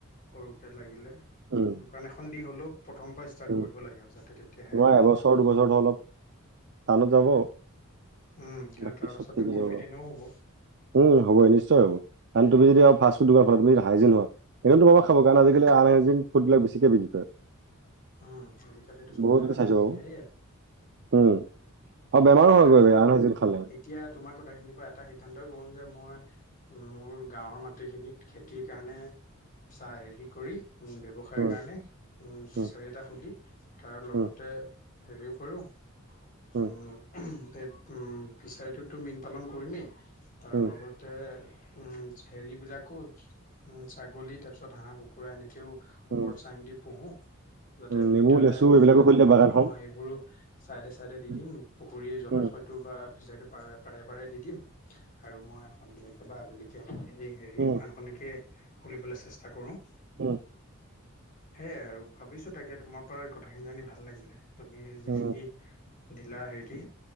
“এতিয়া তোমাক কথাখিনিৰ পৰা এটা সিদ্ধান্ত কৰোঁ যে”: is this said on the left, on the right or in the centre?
Left